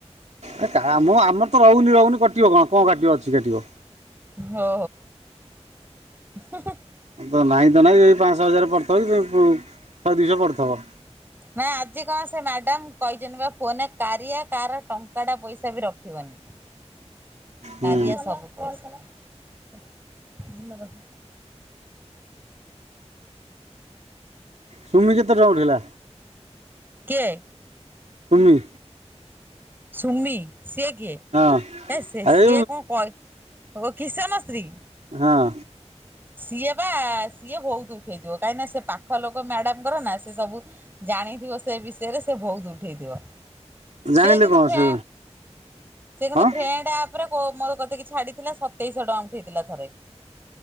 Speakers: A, on the right; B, on the right.
A: ଆ କା ମୁଁ ଆମର ତ ରହୁନି ରହୁନି କଟିବ କଣ କଣ କାଟିବ ଅଛି କାଟିବ।
B: ହ ହୋ।
A: ତ ନାହିଁ ତ ନାହିଁ ଏ ପାଆଶହ ହଜାର ପଡ଼ିଥିବ କି ଶହେ ଦୁଇଶହ ପଡ଼ିଥିବ।
B: ନାଇଁ ଆଜି କଣ ସେ ମ୍ୟାଡ଼ାମ କହିଚନ୍ତି ବା ଫୋନରେ କାରିଆ କାର ଟଙ୍କାଟା ପଇସା ବି ରଖିବନି।
A: ହୁଁ
B: କାରିଆ ସବୁ <unintelligible>
A: ସୁମି କେତେ ଟଙ୍କା ଉଠେଇଲା।
B: କିଏ?
A: ସୁମି।
B: ସୁମି ସିଏ ଗିଏ
A: ହଁ
B: ସେ ସିଏ
A: ଏଇ
B: କଣ କଇ ଓ କିଶନ ସ୍ତ୍ରୀ
A: ହଁ।
B: ସିଏ ବା ସିଏ ବହୁତ ଉଠେଇଥିବ। କାହିଁକିନା ସେ ପାଖ ଲୋକ ମ୍ୟାଡାମଙ୍କର ନା ସେ ସବୁ ଜାଣିଥିବ ସେ ବିଷୟରେ ସେ ବହୁତ ଉଠେଇଥିବ।
A: ଜାଣିଲେ
B: ସି କିନ୍ତୁ
A: କଣ
B: ଫ୍ର
A: ସେ
B: ସେ କିନ୍ତୁ
A: ହଁ
B: ଫ୍ରେଣ୍ଡ ଅପ ରେ ମୋ କତିକି ଛାଡିଥିଲା ସତେଇଶହ ଟଙ୍କା ଉଠେଇଥିଲା ଥରେ।